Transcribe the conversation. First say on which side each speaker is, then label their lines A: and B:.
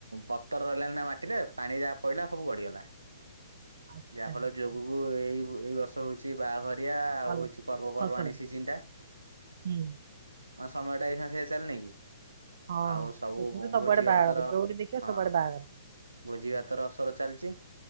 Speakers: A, on the right; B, on the right.
A: ବତର ରହିଲାନି ନା ମାଟିରେ ପାଣି ଯାହା ପଇଲା ସବୁ ଗଡ଼ିଗଲା।
B: ଆଚ୍ଛା
A: ଯାହା ଫଳ
B: ଆଚ୍ଛା
A: ରେ ଯୋଗକୁ ଏଇ ଏଇ ବର୍ଷ ହଉଛି ବାହାଘର ଘରିଆ ଆଉ
B: ଭଲ
A: ହଉଛି
B: ଟିକେ
A: ପର୍ବପର୍ବାଣି
B: ଫସଲ
A: ସିଜିନ୍ ଟା।
B: ହୁଁ
A: ହଁ ସମୟ ଟା ଏଇା ସେ ଚାଲିନି କି।
B: ହଁ
A: ଆଉ
B: ହଁ
A: ସବୁ
B: ଏଇଛନ୍ତି ସବୁଆଡେ
A: ଭୋଜି
B: ବାହାଘର
A: ଭାତର
B: ଯୋଉଠି ଦେଖିବ
A: ହଁ।
B: ସବୁଆଡେ ବାହାଘର
A: ଭୋଜି ଭାତର ଅସର ଚାଲିଛି